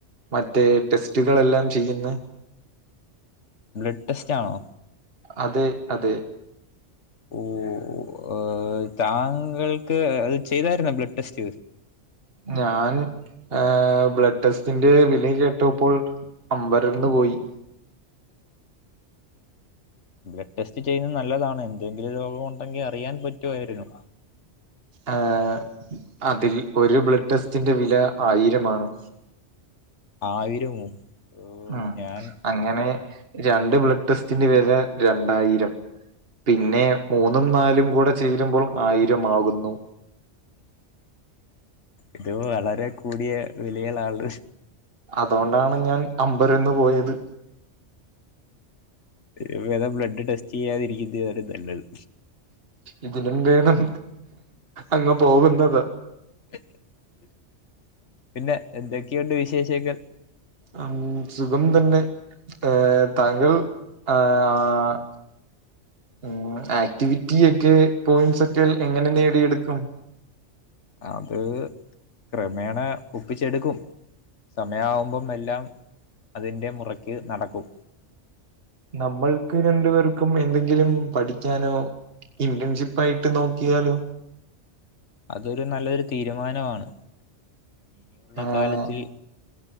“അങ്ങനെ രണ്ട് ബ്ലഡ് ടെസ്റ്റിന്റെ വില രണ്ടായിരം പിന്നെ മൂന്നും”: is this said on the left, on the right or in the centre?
Right